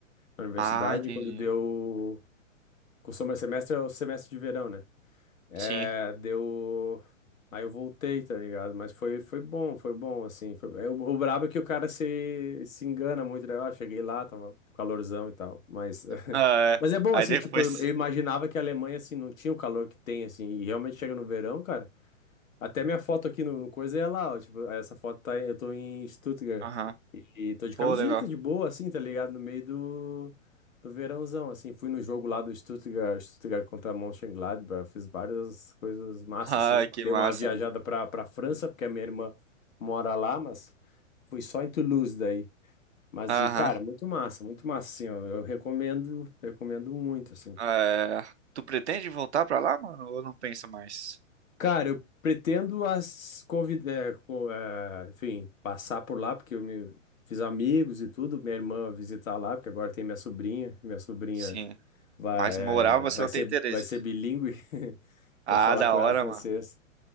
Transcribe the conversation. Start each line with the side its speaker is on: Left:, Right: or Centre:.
Left: na universidade,
Right: ah, entendi.
Left: e quando deu, o summer semester é o semestre de verão, né? É,
Right: Sim.
Left: deu. Aí eu voltei, tá ligado? Mas foi, foi bom, foi bom, assim. Foi... é, O, o brabo é que o cara se, se engana muito, né? Ah, Eu cheguei lá, tava calorzão e tal. Mas, <laughs>
Right: Ah,
Left: mas
Right: é.
Left: é bom,
Right: Aí
Left: assim,
Right: depois.
Left: tipo, eu, eu imaginava que a Alemanha, assim, não tinha o calor que tem, assim. E realmente chega no verão, cara. Até minha foto aqui no, no coisa é lá, ó. Tipo, essa foto tá, eu tô em Stuttgart.
Right: Aham.
Left: E, e tô de
Right: Pô,
Left: camiseta,
Right: legal.
Left: de boa, assim, tá ligado? No meio do, do verãozão, assim. Fui no jogo lá do Stuttgart, Stuttgart contra Mönchengladbach. Fiz várias coisas massa,
Right: Ai,
Left: assim.
Right: que
Left: Dei
Right: massa.
Left: uma viajada pra, pra França, porque a minha irmã mora lá, mas fui só em Toulouse daí. Mas,
Right: Aham.
Left: e, cara, muito massa, muito massa, assim, ó. Eu recomendo, recomendo muito, assim.
Right: É. Tu pretende voltar pra lá, mano? Ou não pensa mais?
Left: Cara, eu pretendo as convidar, enfim, passar por lá, porque eu me fiz amigos e tudo. Minha irmã visitar lá, porque agora tem minha sobrinha. Minha sobrinha
Right: Sim.
Left: vai,
Right: Mas morar você
Left: eh, vai
Right: não
Left: ser,
Right: tem interesse.
Left: vai ser bilíngue <laughs> para
Right: Ah,
Left: falar
Right: da
Left: com
Right: hora,
Left: ela francês.
Right: mano.